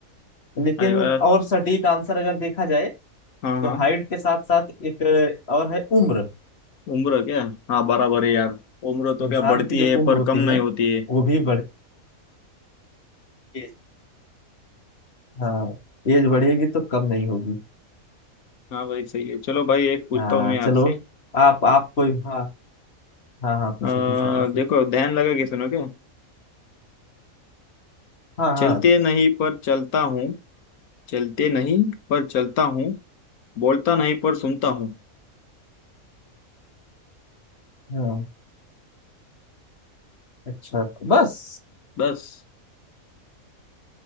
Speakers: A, on the left; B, on the left.
A: लेकिन
B: अरे वाह
A: और सटीक आंसर अगर देखा जाए
B: हाँ
A: तो
B: हाँ
A: हाइट के साथ साथ एक और है उम्र
B: उम्र क्या हाँ बराबर है यार उम्र तो
A: इंसान
B: क्या बढ़ती
A: की जो
B: है
A: उम्र
B: पर
A: होती
B: कम नहीं
A: है
B: होती है
A: वो भी बढ़ एज हाँ एज बढ़ेगी तो कम नहीं होगी
B: हाँ भाई सही है चलो भाई एक पूछता
A: हाँ
B: हूँ मैं आपसे
A: चलो आप आप कोई हाँ हाँ हाँ पूछो
B: अ,
A: पूछो पूछो
B: देखो ध्यान लगा के सुनो क्या
A: हाँ
B: चलते
A: हाँ
B: नहीं पर चलता हूँ चलते नहीं पर चलता हूँ बोलता नहीं पर सुनता हूँ
A: हाँ अच्छा बस
B: बस